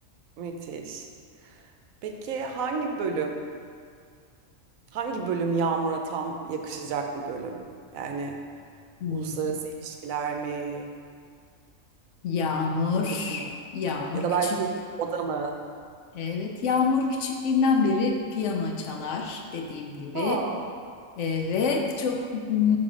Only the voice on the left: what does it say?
Hmm.
Yağmur,
Yağmur
küçük.
Evet, Yağmur küçüklüğünden beri piyano çalar dediğim gibi.
Evet, çok mm,